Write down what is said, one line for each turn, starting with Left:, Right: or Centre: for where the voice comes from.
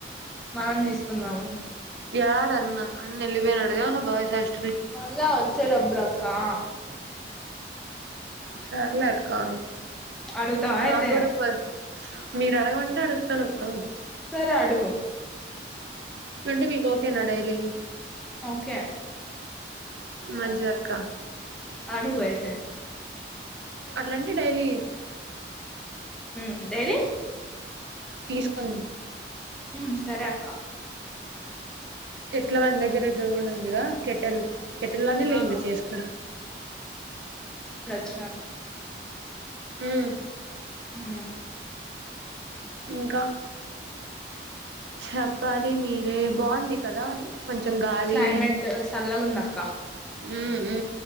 Centre: మనం తీసుకుందాము
Right: యడా అన్న అన్న ఎలిపోయినాడు కదా బాయ్స్ హాస్
Centre: మళ్ళా వచ్చే డప్పుడాక్ క్కా
Right: సర్లే అక్కా
Centre: అడుగుతావా అయితే
Right: నాగూడ పో మీరు అడగమంటే అడుగుతాను అక్క
Centre: సరే అడుగు
Right: కంటే మీ ఓకే నా డైలీ
Centre: కే
Right: మంచిదక్క
Centre: అడుగు అయితే
Right: అట్లాంటే డైలీ
Centre: ఉమ్ డైలీ
Right: తీసుకున్
Centre: ఉ సరే అక్క
Right: ఎట్ల మందగ్గర ఇద్ద కూడా ఉందిగా కెటెల్ కెట్టెలానేలే
Centre: ఆ
Right: ఇంక చేసుకోడం
Centre: చ్ నాకా
Right: హ్మ్
Centre: ఆ
Right: ఇంకా చెప్ వారి మీర బాగుం ది కదా కొంచెం గాలి
Centre: క్లైమేట్ చల్లగుందక్క
Right: హ్మ్ ఉ